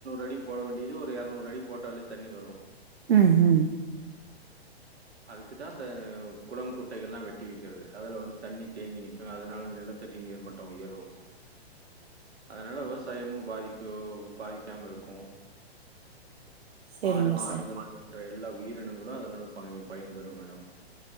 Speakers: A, on the right; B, on the right.
A: அடி போட வேண்டியது ஒரு அடி போட்டாலே தண்ணி வரும்.
B: ம் ம்
A: அதுக்கு தா அந்த குளம் குட்டைகள்லா வெட்டி வெக்கிறது அதுல வந்து தண்ணி தேங்கி நிக்கு அதனால் நிலத்தடி நீர் மட் ட உயரு அதுனால விவசாயமு பாதிக்கு பாதிக்காம இருக்கு
B: செரிங்க
A: ஆடு மாடுகள்
B: சார்
A: போன்ற எல்லா உயிரினங்களு அதுனால ப பயன்பெறும் மேடம்